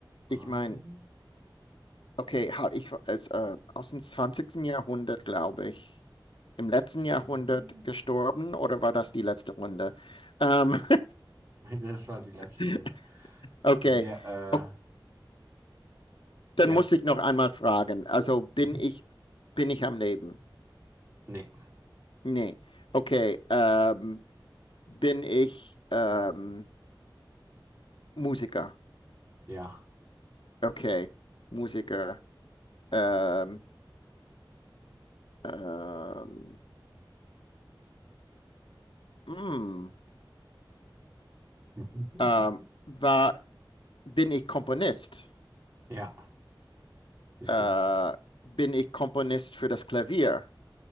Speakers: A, on the right; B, on the left.
A: Spanien.
B: ich meine, okay, ha- ich ist äh, aus dem zwanzigsten Jahrhundert, glaube ich, im letzten Jahrhundert
A: Nee.
B: gestorben oder war das die letzte Runde? Ähm,
A: <laughs> Das war die letzte
B: <laughs>
A: Runde.
B: okay.
A: Ja,
B: Ok,
A: äh,
B: dann
A: ja,
B: muss ich
A: ja.
B: noch einmal fragen. Also bin
A: Mhm.
B: ich, bin ich am Leben?
A: Nee,
B: Nee. Okay. Ähm, bin ich ähm, Musiker.
A: ja.
B: Okay. Musiker. Ähm, ähm, mm,
A: <laughs>
B: ähm, war, bin ich Komponist?
A: Ja, definitiv.
B: Äh, bin ich Komponist für das Klavier?